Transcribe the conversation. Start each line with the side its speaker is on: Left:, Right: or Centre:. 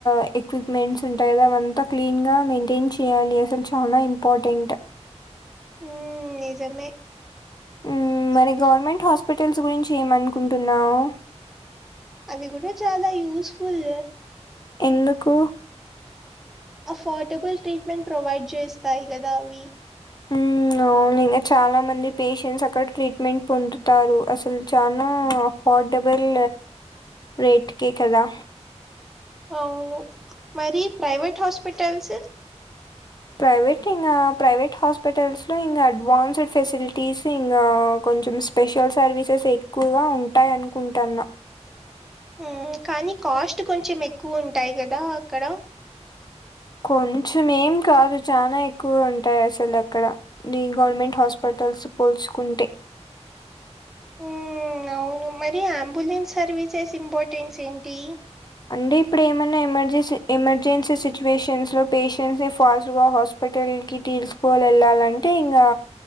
Left: ఎక్ ఎక్విప్మెంట్స్ ఉంటాయి కదా అవంతా క్లీన్ గా మెయింటైన్ చేయాలి. అసలు చాలా ఇంపార్టెంట్
Centre: ఊ నిజమే
Left: ఊ మరి గవర్నమెంట్ హాస్పిటల్స్ గురించి ఏమనుకుంటున్నావు
Centre: అవి కూడా చాలా యూస్ఫుల్
Left: ఎందుకు
Centre: అఫోర్డబుల్ ట్రీట్మెంట్ ప్రొవైడ్ చేస్తాయి కదా అవి
Left: ఊ అవును ఇంకా చాలా మంది పేషెంట్స్ అక్కడ ట్రీట్మెంట్ పొందుతారు అసలు చనా అఫోర్డబుల్ రేట్కే కదా
Centre: అవును మరి ప్రైవేట్ హాస్పిటల్స్
Left: ప్రైవేట్ ఇంగ ప్రైవేట్ హాస్పిటల్స్లో ఇంగ అడ్వాన్స్డ్ ఫెసలిటీస్ ఇంకా కొంచెం స్పెషల్ సర్వీసెస్ ఎక్కువగా ఉంటాయి అనుకుంటాన్న
Centre: ఉ కానీ కాస్ట్ కొంచెం ఎక్కువ ఉంటాయి కదా అక్కడ
Left: కొంచెం ఏం కాదు చాల ఎక్కువ ఉంటాయి అసలు అక్కడ నీ గవర్నమెంట్ హాస్పిటల్స్ పోల్చుకుంటే
Centre: ఊ మరి ఆవును అంబులెన్స్ సర్వీసెస్ ఇంపార్టెన్స్ ఏంటి
Left: అండీ ఇప్పుడేమన్నా ఎమర్జెన్సీ ఎమర్జెన్సీ సిచ్యువేషన్స్ లో పేషెంట్స్ని ఫాస్ట్గా హాస్ పెటల్ కి తీసుకోవాల ఎళ్ళాలంటే ఇంగా